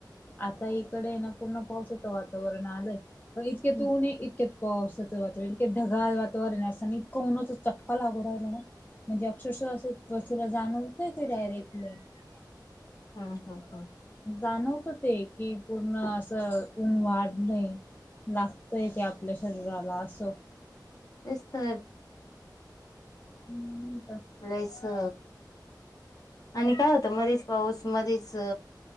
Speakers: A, on the left (about 25°); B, on the left (about 50°).
A: आता इकडे य ना पूर्ण पावसाचं वातावरण आलंय. पण इतक्या
B: हम्म.
A: त ऊणय इतक्यात पावसाचं वातावरण इतक्यात ढगाळ वातावरण असं नी इतक ऊण होत चट का लागू रायला ना म्हणजे अक्षरशः असं त्वचेला जाणवतय ते डायरेक्टली.
B: हम्म हम्म हां.
A: जाणवत ते कि पूर्ण असं ऊन वाढलंय लागतंय ते आपल्या शरीराला असं.
B: तेच तर
A: हम्म का?
B: प्लेस अ आणि काय होतं मध्येच पाऊस मध्येच अ